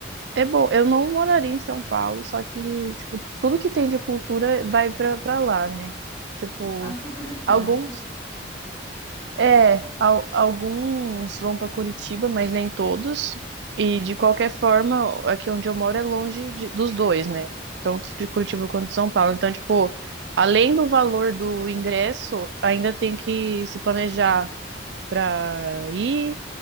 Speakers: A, on the right; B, on the left.
A: É bom, eu não moraria em São Paulo, só que, tipo, tudo que tem de cultura vai pra, pra lá, né? Tipo,
B: Passa por aqui,
A: alguns,
B: não que...
A: é, al- alguns vão pra Curitiba, mas nem todos. E
B: Uhum.
A: de qualquer forma, aqui onde eu moro é longe de- dos dois, né? Tanto de Curitiba quanto de São Paulo. Então, tipo, além do valor do ingresso, ainda tem que se planejar pra ir